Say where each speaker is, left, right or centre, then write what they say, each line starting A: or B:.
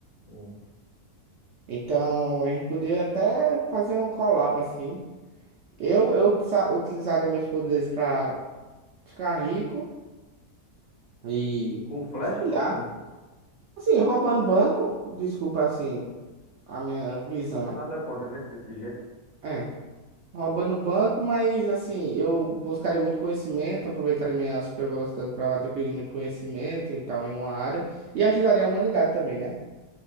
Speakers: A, on the left; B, on the right.
A: Com
B: Então, a gente poderia até fazer um collab assim. Eu, eu sa- utilizaria meus poderes pra ficar rico e,
A: com um flash
B: sei
A: comum.
B: lá, assim, roubando banco. Desculpa, assim, a minha visão,
A: Não,
B: né?
A: nada contra, né? Esse tipo de gente.
B: É. roubando banco, mas assim, eu buscaria muito conhecimento, aproveitaria minha super velocidade para adquirir muito conhecimento e tal em uma área e ajudaria a humanidade também, né?